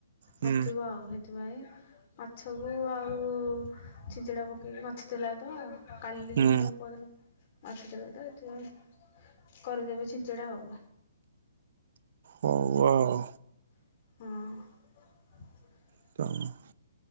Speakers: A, on the right; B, on the left.
A: ହୁଁ
B: ନଥିବ ଆଉ ହେ ଥିପାଇଁ ମାଛକୁ ଆଉ ଛିଞ୍ଚିଡ଼ା ପକେଇକି ମାଛ ଥିଲା ତ କଲି
A: ହୁଁ
B: ନା ପଦିନ ଅଛିତ ଏଥିପାଇଁ କରିଦେବେ ଛିଞ୍ଚିଡ଼ା ଆଉ।
A: ହଉ ଆଉ।
B: ହଁ।
A: <inaudible>